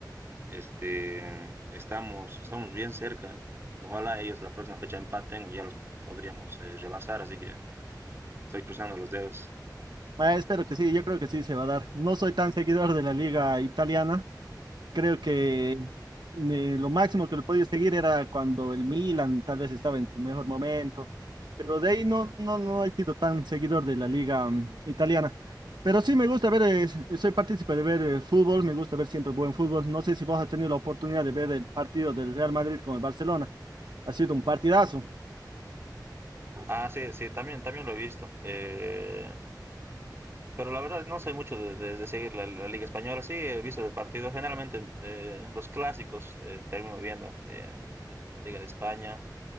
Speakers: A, on the right; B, on the right.
A: este, estamos, estamos bien cerca. Ojalá ellos la próxima fecha empaten y ya los podríamos eh, rebasar, así que estoy cruzando los dedos.
B: Ah, espero que sí, yo creo que sí se va a dar. No soy tan seguidor de la liga italiana, Creo que eh, lo máximo que lo podía seguir era cuando el Milan tal vez estaba en su mejor momento, pero de ahí no, no, no he sido tan seguidor de la liga mm, italiana. Pero sí me gusta ver, es- soy partícipe de ver eh, fútbol, me gusta ver siempre buen fútbol. No sé si vos has tenido la oportunidad de ver el partido del Real Madrid con el Barcelona. Ha sido un partidazo.
A: Ah, sí, sí, también, también lo he visto. Eh, pero la verdad no soy mucho de, de- de seguir la, la Liga Española. Sí, he visto el partido. Generalmente eh, los clásicos eh, termino viendo de, de la Liga de España.